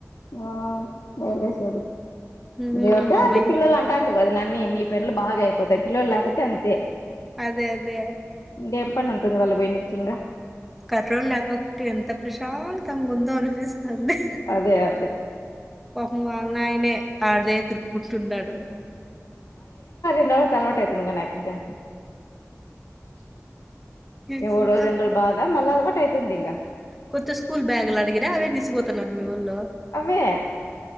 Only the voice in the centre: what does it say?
ఉమ్
అమ్మయ్య
అదే అదే
కంట్రోల్ లేకపోతే ఎంత ప్రశాంతంగా ముందో అనిపిస్తుంది
ఓహో వాళ్ళ నయనే అదే చిన్నోడు
ఎక్కువగా
కొత్త స్కూల్ బ్యాగు్లు అడిగిరే అవే తీసుపోతున్నారు మీ వళ్ళు